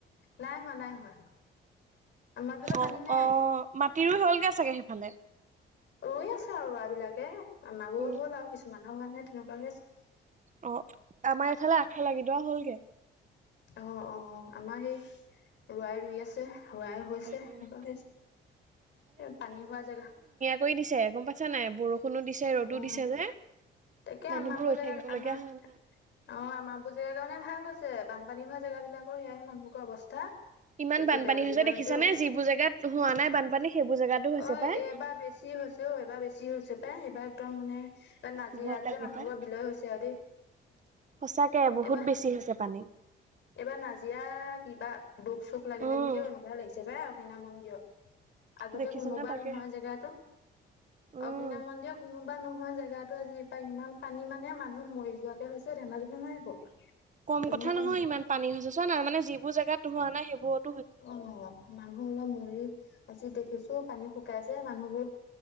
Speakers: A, on the left (about 65°); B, on the right (about 40°).
A: নাই হোৱা নাই হোৱা। আমাৰ ফালে
B: অ',
A: পানী নাই
B: অ', মাটি ৰুই হ'লগে চাগে সেইফালে?
A: ৰুই আছে আও ৰুৱা বিলাকে আমাবোঅ
B: উম,
A: হ'ল আও কিছুমান হোৱা নাই তেনেকুৱা হৈ আছে।
B: অ', আমা এইফালে আগ ফাল গিদৱা হ'লগে।
A: অ', অ', আমা সেই ৰুৱাই ৰুই আছে হোৱাই হৈ হৈছে
B: ভালেই
A: <unintelligible> এ, পানী হোৱা জেগা
B: কই দিছে গম পাছা নাই বৰষুণো দিছে ৰ'দো
A: অ
B: দিছে যে
A: তাকে
B: মানুহবোৰ
A: আমা বো
B: ৰৈ
A: জেগাত
B: থাকিবলগীয়া
A: আমাস
B: হোৱা নাই।
A: অ', আমা বো জেগা কাৰণে ভাল হছে বানপানী হোৱা জেগা বিলাকৰ সেয়াহে মানুহবোক অৱস্থা।
B: ইমান
A: দেখি
B: বানপানী
A: বেয়া লাগি
B: হৈছে
A: যোৱা
B: দেখিছা
A: অ
B: নে যিবো জেগাত হোৱা নাই বানপানী সেইবোৰ জেগাতো হৈছে
A: অ
B: পাই।
A: <unintelligible> বেছি হৈছে অঔ এইবা বেছি হৈছে পাই এইবা একদম মানে <unintelligible> যি
B: ভয়
A: ইয়াত
B: লাগে
A: যে মানুহবোক
B: পাই
A: বিলয় হছে আও দেই।
B: সঁচাকে বহুত
A: এইবা
B: বেছি হৈছে পানী
A: এইবা নাজিৰা কিবা দুখ চুখ লাগিলে
B: উম।
A: নিকি অ', এনুকুৱাহে লাইছে পাই অগ্নিনাভ মন্দিয় আগতে
B: দেখিছানে
A: কোনোবা
B: তাকে
A: নোহোৱা জেগা এটো
B: উম
A: অগ্নিনাভ মন্দিঅ কোনোবা নোহোৱা জেগাতো আজি বা ইমান পানী মানে মানুহ মৰি যোৱাকে হৈছে ধেমালি নহয় আকৌ।
B: কম
A: ইমান
B: কথা নহয়
A: মানুহ
B: ইমান পানী হৈছে চোৱা না মানে যিবোৰ জেগাত হোৱা নাই সেইবোৰত
A: অ', মানুহ অলপ মৰি আজি দেখিছো পানী শুকাইছে, মানুহবোৰ উ,